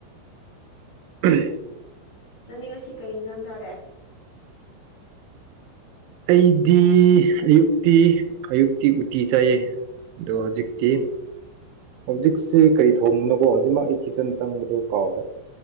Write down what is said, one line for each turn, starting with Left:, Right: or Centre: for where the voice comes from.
Right: <inaudible>
Left: ꯅꯪꯗꯤ ꯉꯁꯤ ꯀꯩ ꯏꯟꯁꯥꯡ ꯆꯥꯔꯦ
Right: ꯑꯩꯗꯤ ꯑꯌꯨꯛꯇꯤ ꯑꯌꯨꯛꯇꯤ ꯎꯇꯤ ꯆꯥꯏꯌꯦ ꯑꯗꯣ ꯍꯧꯖꯤꯛꯇꯤ ꯍꯧꯖꯤꯛꯁꯤ ꯀꯔꯤ ꯊꯣꯡꯕꯅꯣꯀꯣ ꯍꯧꯖꯤꯛꯃꯛ ꯑꯩ ꯀꯤꯠꯆꯟ ꯆꯪꯕꯗꯣ ꯀꯥꯎꯈ꯭ꯔꯦ